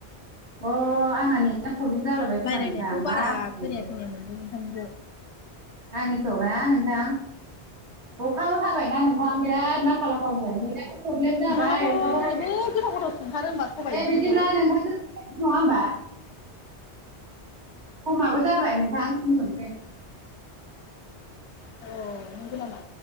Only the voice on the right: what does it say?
अ आंना नेता प्रब्लेम जाालायबाय खोमा
नोंथां
मा होनबावनो।
आंनिखौ ना नोंथां अखाबो हाबायना नोंथां बिराद मा खालामबावनो नेदाबो प्रब्लेम जाबाय
अखाबबो हाबाय
दे
बिदिब्ला नोंथां नङा होमबा समाबो जाबाय नोंथां दुनथनसै